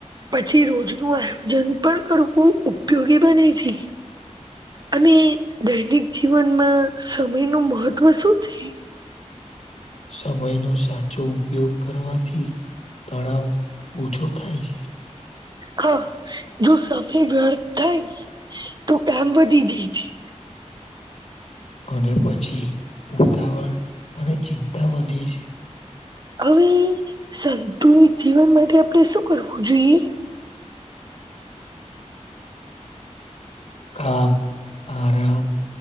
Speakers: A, on the right; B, on the left.
A: પછી રોજ નું આયોજન પણ કરવું ઉપયોગી બને છે. અને દૈનિક જીવનમાં સમય નું મહત્વ શું છે?
B: સમયનો સાચો ઉપયોગ. કરવાથી તણાવ ઓછો થાય છે.
A: હા જો સમય જડ થાય તો કામ વધી જાય છે. <inaudible>
B: અને પછી ઉતાવળ અને ચિંતા વધે છે.
A: હવે સંતુલિત જીવન માટે આપણે શું કરવું જોઈએ.
B: કામ આરામ